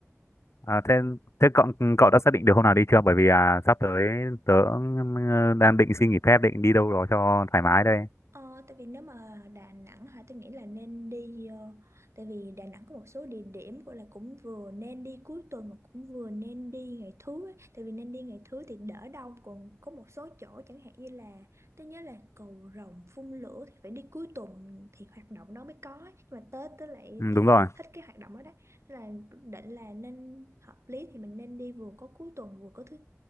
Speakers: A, on the left; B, on the right.
A: à, thế thế cậu cậu đã xác định được hôm nào đi chưa? Bởi vì à, sắp tới tớ ừ, đang định xin nghỉ phép, định đi đâu đó cho thoải mái đây.
B: Ờ, tại vì nếu mà Đà Nẵng hả tôi nghĩ là nên đi ờ, tại vì Đà Nẵng có một số địa điểm gọi là cũng vừa nên đi cuối tuần mà cũng vừa nên đi ngày thứ ấy. Tại vì nên đi ngày thứ thì đỡ đông còn có một số chỗ chẳng hạn như là tôi nhớ là cầu Rồng phun lửa thì phải đi cuối tuần thì hoạt động đó mới có ấy. Nhưng mà Tết tôi lại
A: Ừ,
B: thích
A: đúng rồi.
B: thích cái hoạt động đó đấy Nên là định là nên hợp lý thì mình nên đi vừa có cuối tuần vừa có thứ